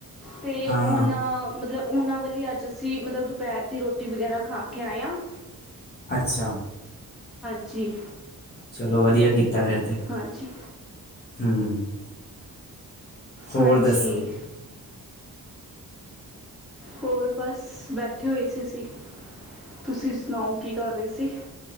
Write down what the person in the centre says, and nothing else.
ਤੇ
ਓਨਾ ਮਤਲਬ ਉਹਨਾਂ ਵੀ ਅੱਜ ਅਸੀਂ ਮਤਲਬ ਦੁਪਹਿਰ ਦੀ ਰੋਟੀ ਵਗੈਰਾ ਖਾ ਕੇ ਆਏ ਹਾਂ।
ਜੀ।
ਹਾਂਜੀ
ਹਾਂਜੀ।
ਹੋਰ ਬਸ ਬੈਠੇ ਹੋਏ ਸੀ ਅਸੀਂ ਤੁਸੀਂ ਸੁਣਾਓ ਕੀ ਰਹੇ ਸੀ।